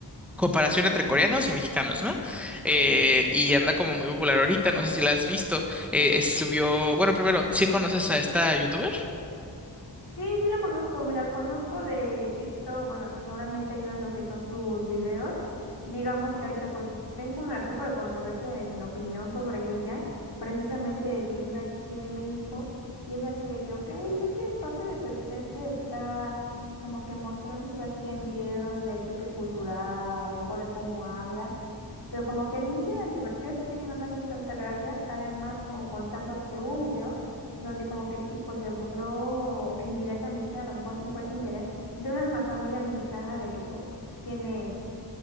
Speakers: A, in the centre; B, on the left (about 70°).
A: comparación entre coreanos y mexicanos, ¿no? Eh, y anda como muy popular ahorita, no sé si la has visto. Eh, es- subió, bueno, primero, ¿sí conoces a esta youtuber?
B: Sí, sí lo conozco, la conozco de Tito, bueno, normalmente ahí veo lo que son sus videos. Digamos que ahorita pues tengo un tipo de controversia en opinión sobre ella, precisamente de que vive aquí en México, y es así de que, ok, de que es parte de su esencia, está como que mostrándose así en video de choque cultural, a lo mejor de cómo habla, pero como que al inicio eran divertidos, ahorita ya no me hacen tanta gracia, además, o contando que hubo un video donde como que tipo se burló indirectamente, a lo mejor sin fue sin querer, de una ma- familia mexicana de que pues tiene,